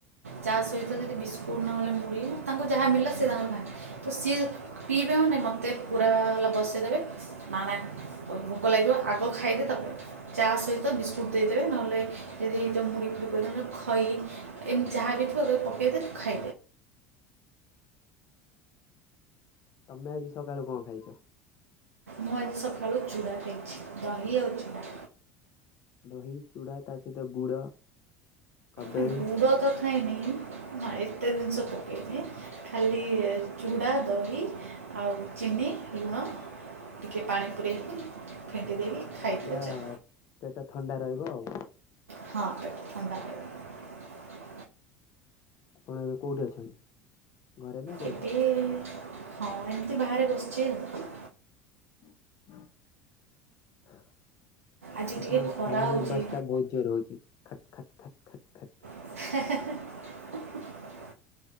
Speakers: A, on the right; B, on the left.
A: ତା ସହିତ ଯଦି ବିସ୍କୁଟ୍ ନହେଲେ ମୁଢ଼ି ତାଙ୍କୁ ଯାହା ମିଳିଲା ସିଏ ତାଙ୍କର ଖାନ୍ତି ତ ସିଏ ପିଇବେ ମାନେ ମୋତେ ପୁରା ହେଲା ବସେଇ ଦେବେ ନା ନା ଭୋକ ଲାଗିବ ଆଗ ଖାଇଦିଏ ତାପରେ ଚା ସହିତ ବିସ୍କୁଟ୍ ଦେଇଦେବେ ନହେଲେ ଯଦି ମୁଡ଼ି ଫୁଡ଼ି ଦେଲେ ଖଇ ଏମିତି ଯାହା ବି ପକେଇ ଦେ ତୁ ଖାଇଦେ।
B: ତମେ ଆଜି ସକାଳୁ କଣ ଖାଇଚ?
A: ମୁଁ ଆଜି ସକାଳୁ ଚୁଡ଼ା ଖାଇଚି। ଦହି ଆଉ ଚୁଡ଼ା।
B: ଦହି, ଚୂଡ଼ା ତା ସହିତ ଗୁଡ। କଦଳୀ
A: ଗୁଡ଼ ତ ଖାଇନି। ହଁ ଇ ଏତେ ଜିନିଷ ପକେଇନି। ଖାଲି ଚୁଡ଼ା, ଦହି ଆଉ ଚିନି ଲୁଣ। ଟିକେ ପାଣି ପୁରେଇକି ଫେଣ୍ଟି ଦେଇକି ଖାଇଦିଅ
B: ପୁରା
A: ଚା
B: ପେଟ ଥଣ୍ଡା ରହିବ ଆଉ।
A: ହଁ ପେଟ ଥଣ୍ଡା ରହିବ।
B: ଆପଣ ଏବେ କୋଉଠି ଅଛନ୍ତି? ଘରେ ନା କୋଉଠି?
A: ଏବେ ହଁ ଏମିତି ବାହାରେ ବସିଚି ଆଉ।
B: <inaudible> ଆପଣଙ୍କର
A: ଆଜି ଟିକେ ଖରା
B: ଫ୍ୟାନ
A: ହେଉଛି
B: ଆବାଜ୍ ଟା ବହୁତ ଜୋରେ ହଉଚି ଖଟ ଖଟ ଖଟ ଖଟ ଖଟ।
A: <inaudible>